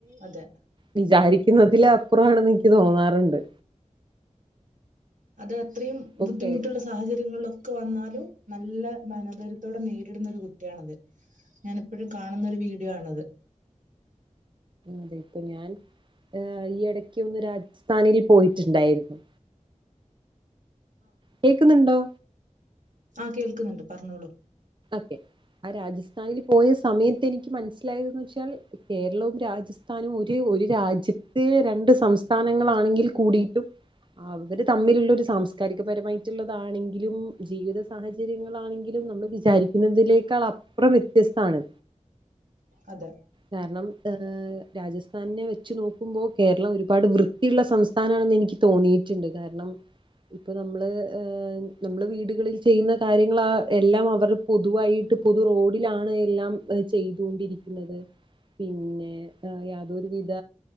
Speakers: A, on the right; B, on the right.
A: അതെ
B: വിചാരിക്ക ഇന്നതില അപ്പുറംമാണെന്ന് എനിക്ക് തോന്നാറുണ്ട്
A: അത് അത്രയും ബുദ്ധിമുട്ടുള്ള
B: ഓക്കെ
A: സാഹചര്യങ്ങളൊ വന്നാലും നല്ല മനോതരുത്തോടെ നേരിടുന്ന ഒരു കുട്ടിയാണത് ഞാൻ എപ്പോഴും കാണുന്ന ഒരു വീഡിയോ ആണത്
B: അതെ ഇപ്പൊ ഞാൻ ഏർ ഈ ഇടക്ക് ഒന്ന് രാജസ്ഥാനിൽ പോയിട്ടുണ്ടായിരുന്നു കേക്കുന്നുണ്ടോ
A: ആഹ കേൾക്കുന്നുണ്ട് പറഞ്ഞോളൂ
B: ക്കെ ആ രാജസ്ഥ ങ്കിൽ പോയ സമയത്ത് എനിക്ക് മനസ്സിലായത്െന്ന് വെച്ചാൽ കേരളവും രാജസ്ഥാനും ഒരു ഒരു രാജ്യം ഇത്തെ രണ്ട് സംസ്ഥാനങ്ങളാണെങ്കിൽ കൂടിയിട്ടും അവര് തമ്മിലുള്ള ഒരു സാംസ്കാരികപരമായിട്ടുള്ളതാണെങ്കിലും ജീവിത സാഹചര്യങ്ങളാണെങ്കിലും നമ്മള് വിചാരിക്കുന്നതിലേക്കാൾ അപ്പുറം വ്യത്യസ്താണ്
A: അതെ
B: കാരണം ഏഹ് രാജസ്ഥാനിനെ വെച്ചു നോക്കി ക്കുമ്പോ കേരളം ഒരുപാട് വൃത്തിയുള്ള സംസ്ഥാനാണെന്ന് എനിക്ക് തോന്നിയിട്ടുണ്ട് കാരണം ഇപ്പൊ നമ്മള് നമ്മള് വീടുകളിൽ ചെയ്യുന്ന കാര്യങ്ങൾ ആഹ് എല്ലാം അവർ പൊതുവായിട്ട് പൊതു റോഡിലാണ് എല്ലാം ചെയ്തൊണ്ടിരിക്കുന്നത് പിന്നെ ആഹ് യാതൊരു വിധ